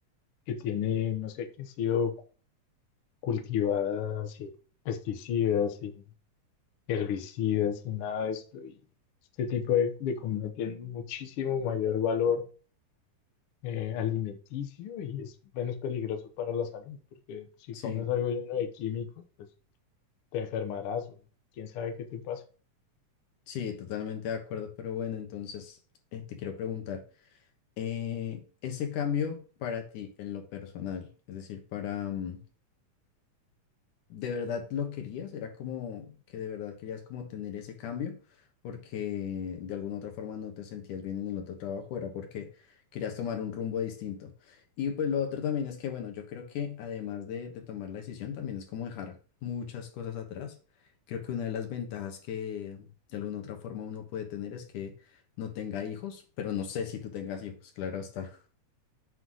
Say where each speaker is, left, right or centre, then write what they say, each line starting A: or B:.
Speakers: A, on the left (about 65°); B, on the left (about 80°).
A: que tiene, no sé, que ha sido cultivada sin pesticidas, sin herbicidas, sin nada de esto. Y este tipo de, de comida tiene muchísimo mayor valor eh, alimenticio y es menos peligroso para la salud, porque pues, si
B: sí,
A: comes algo lleno de químicos, pues te enfermarás o quién sabe qué te pasa.
B: sí, totalmente de acuerdo. Pero bueno, entonces eh, te quiero preguntar, eh, ese cambio para ti en lo personal, es decir, para... mm, de verdad lo querías, era como que de verdad querías como tener ese cambio, porque de alguna otra forma no te sentías bien en el otro trabajo, era porque querías tomar un rumbo distinto. Y pues lo otro también es que, bueno, yo creo que además de, de tomar la decisión, también es como dejar muchas cosas atrás. Creo que una de las ventajas que de alguna otra forma uno puede tener es que no tenga hijos, pero no sé si tú tengas hijos, claro está. <laughs>